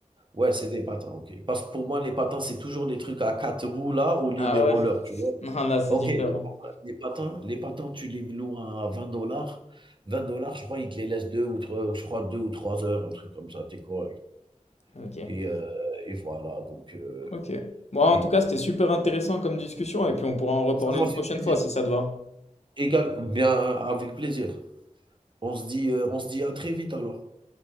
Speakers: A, on the right (about 40°); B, on the left (about 60°).
A: Ouais, c'est des patins, ok. Parce que pour moi, les patins, c'est toujours des trucs à quatre roues là, au lieu
B: Ah
A: des rollers,
B: ouais.
A: tu
B: <laughs>
A: vois.
B: Non, là, c'est
A: Ok,
B: différent.
A: les patins, les patins, les patins, tu les loues à 20 dollars. 20 dollars, je crois, ils te les laissent deux ou trois, je crois, deux ou trois heures, un truc comme ça, t'es correct.
B: Ok.
A: Et, euh, et voilà, donc, euh,
B: Ok. Moi,
A: c'est-
B: en tout cas, c'était super intéressant comme discussion et puis on pourra en reparler
A: ça m'a
B: une prochaine
A: fait plaisir.
B: fois si ça te va.
A: Égal, bien, avec plaisir. On se dit, euh, on se dit à très vite alors.